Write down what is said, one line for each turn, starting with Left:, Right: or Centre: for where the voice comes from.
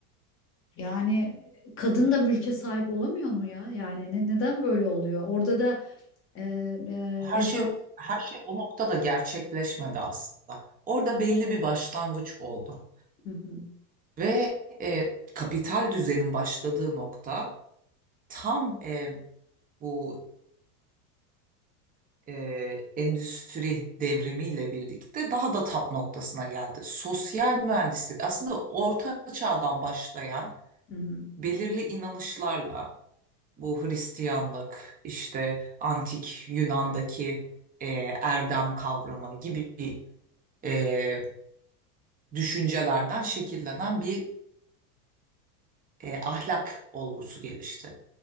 Left: yani kadın da mülke sahip olamıyor mu ya? Yani ne, neden böyle oluyor? Orada da e, e,
Right: Her
Left: esas
Right: şey her şey o noktada gerçekleşmedi aslında. Orada belli bir başlangıç oldu.
Left: Hı hı,
Right: Ve e, kapital düzenin başladığı nokta tam e, bu e, endüstri devrimiyle birlikte daha da tap noktasına geldi. Sosyal mühendislik aslında orta çağdan başlayan
Left: hı hı,
Right: belirli inanışlarla Bu Hristiyanlık, işte antik Yunan'daki e, erdem kavramı gibi e, düşüncelerden şekillenen bir e, ahlak olgusu gelişti.